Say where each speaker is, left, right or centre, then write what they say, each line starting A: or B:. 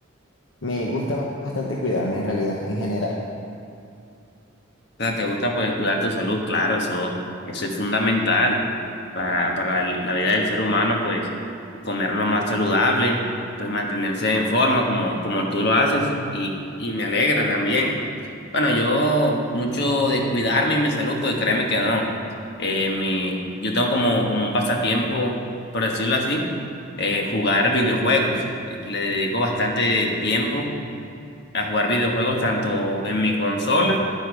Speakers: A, on the left; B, on the left.
A: Me gusta bastante cuidarme en realidad, en general.
B: O sea, te gusta pues cuidar tu salud, claro, eso, eso es fundamental para, para el- la vida del ser humano, pues comer lo más saludable, pues mantenerse en forma como, como tú lo haces y, y me alegra también. Bueno, yo mucho de cuidarme y mi salud, pues créeme que no. Eh, mi, yo tengo como, como un pasatiempo, por decirlo así, eh, jugar videojuegos. Eh, Le dedico bastante tiempo a jugar videojuegos tanto en mi consola